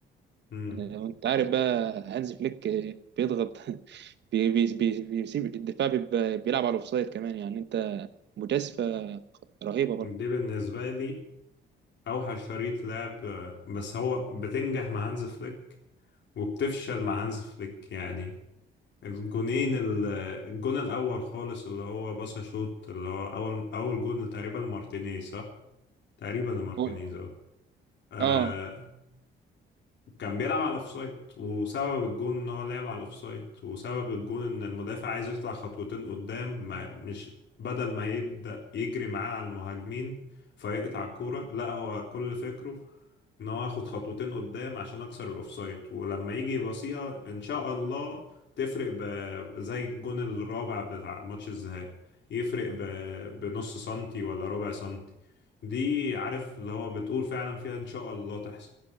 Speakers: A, on the left; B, on the right.
A: امم
B: آه، وانت عارف بقى هانز فليك آه، بيضغط <laughs> بي بي بي بيسيب الدفاع بيبقى- بيلعب على الاوفسايد كمان يعني انت مجازفه رهيبه برضه
A: دي بالنسبة لي اوحش شريط لعب آه، بس هو بتنجح مع هانز فليك وبتفشل مع هانز فليك يعني الجونين ال- الجون الاول خالص اللي هو باصا شوت اللي هو اول اول جون تقريبا لمارتينيز صح تقريبا لمارتينيز
B: هو-
A: اه آه،
B: اه
A: كان بيلعب على الاوفسايد وسبب الجون ان هو لعب على الاوفسايد وسبب الجون ان المدافع عايز يطلع خطوتين قدام ما مش بدل ما يبدأ يجري معاه على المهاجمين فيقطع الكورة لا هو كل فكره ان هو ياخد خطوتين قدام عشان اكسر الاوفسايد ولما يجي يباصيها ان شاء الله تفرق ب... زي الجون الرابع بتاع ماتش الذهاب يفرق ب... بنص سنتي ولا ربع سنتي دي عارف اللي هو بتقول فعلا فيها ان شاء الله تحصل